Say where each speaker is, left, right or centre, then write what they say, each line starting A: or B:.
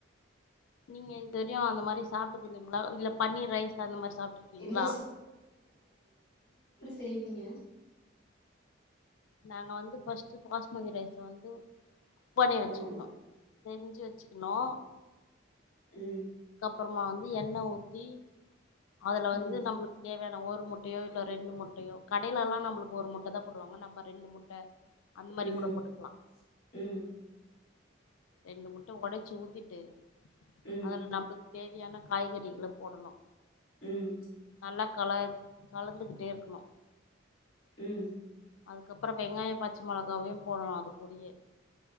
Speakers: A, on the left; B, on the left.
A: நீங்க இதொரியு அந்த மாறி சாப் டது இல்லைங்களா இல்ல பன்னீர் ரைஸ் அந்த மாறி சாப்ட்டு இருக்கீங்களா
B: இல்ல செய்விங்க
A: நாங்க வந்து பஸ்ட் பாஸ்மதி ரைஸ் வந்து க் பண்ணி வச்சுரோந்தோ
B: ம்
A: செஞ்சி வச்சுக்கணு
B: உம்
A: அப்பறமா வந்து எண்ண ஊத்தி அதுல வந்து
B: ம்
A: நம்ளுக்கு தேவயான ஒரு முட்டையோ இல்ல ரெண்டு முட்டையோ கடைலயெல்லா நம்ளுக்கு ஒரு முட்டை தா போடுவாங்க நம்ப ரெண்டு முட் ட அந்த மாறி
B: ம்
A: கூட போட்டுக்லா
B: ம்
A: ரெண்டு முட்ட ஒடச்சி ஊத்திட்டு
B: ம்
A: அதுல நம்ளுக்கு தேவையான காய்கறிகள போடணு
B: உம்
A: நல்லா கல கலந்துகிட்டே இருக்கணு
B: ம் ம்
A: அதுக்கப்பறோ வெங்காயோ பச் மொளகாவையு போடணு அது கூடயே